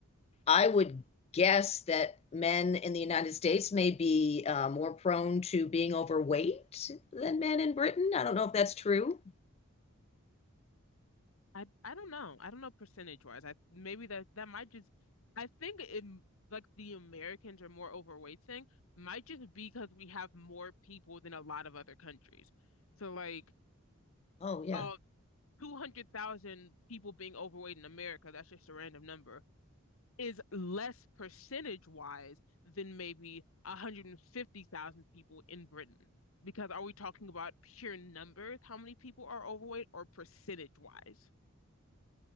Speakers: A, on the left (about 30°); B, on the left (about 70°).
A: I would guess that men in the United States may be uh, more prone to being overweight than men in Britain. I don't know if that's true.
B: I I don't know. I don't know percentage wise. I maybe that that might just. I think it m- like the Americans are more overweight thing might just be because we have more people than a lot of other countries. So like
A: Oh, yeah.
B: Of 200,000 people being overweight in America, that's just a random number, is less percentage wise than maybe 150,000 people in Britain. Because are we talking about pure numbers, how many people are overweight, or percentage wise?